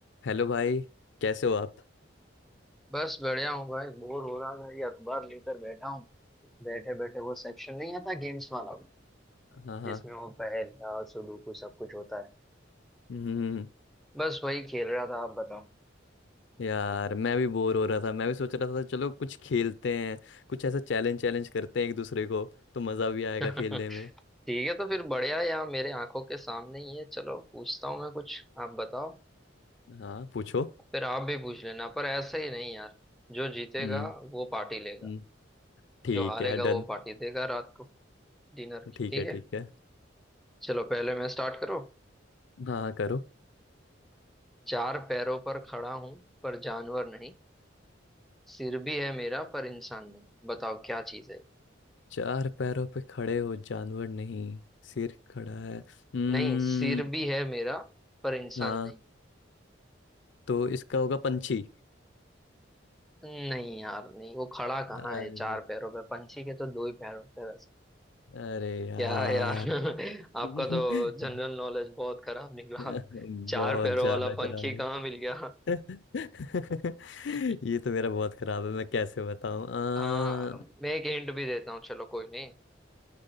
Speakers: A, on the left; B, in the centre.
A: हेलो भाई कैसे हो आप
B: बस बढ़िया हूँ भाई बोर हो रहा था ये अखबार लेकर बैठा हूँ बैठे बैठे वो सेक्शन नहीं आता गेम्स वाला
A: हाँ हाँ
B: जिसमें वो पहेल और सुडोकू सब कुछ होता है
A: हम्म
B: बस वही खेल रहा था आप बताओ
A: यार मैं भी बोर हो रहा था मैं भी सोच रहा था चलो कुछ खेलते हैं कुछ ऐसा चैलेंज चैलेंज करते हैं एक दूसरे को तो मज़ा भी आएगा
B: <laughs>
A: खेलने में
B: ठीक है तो फिर बढ़िया यहाँ मेरे आंखों के सामने ही है चलो पूछता हूँ मैं कुछ आप बताओ
A: हाँ पूछो
B: फिर आप भी पूछ लेना पर ऐसा ही नहीं यार जो जीतेगा
A: हम्म
B: वो पार्टी
A: हम्म,
B: लेगा
A: ठीक
B: जो हारेगा
A: है डन
B: वो पार्टी देगा रात को डिनर की
A: ठीक
B: ठीक
A: है
B: है
A: ठीक है
B: चलो पहले मैं स्टार्ट करो
A: हाँ हाँ, करो
B: चार पैरों पर खड़ा हूं पर जानवर नहीं सिर भी है मेरा पर इंसान नहीं बताओ क्या चीज है
A: चार पैरों पे खड़े हो जानवर नहीं सिर खड़ा है हम्म
B: नहीं सिर भी है मेरा पर इंसान
A: हाँ
B: नहीं
A: तो इसका होगा पंछी
B: नहीं यार नहीं वो खड़ा कहाँ
A: अरे
B: है चार पैरों पे पंछी के तो दो ही पैर होते हैं वैसे
A: अरे यार
B: क्या है यार <laughs> आपका
A: <laughs>
B: तो जनरल नॉलेज बहुत खराब निकला
A: <laughs> बहुत
B: चार पैरों
A: ज्यादा
B: वाला पंखी
A: खराब
B: कहाँ मिल गया
A: है <laughs>
B: <laughs>
A: ये तो मेरा बहुत खराब है मैं कैसे बताऊं आ,
B: आ, मैं एक हिंट भी देता हूँ चलो कोई नहीं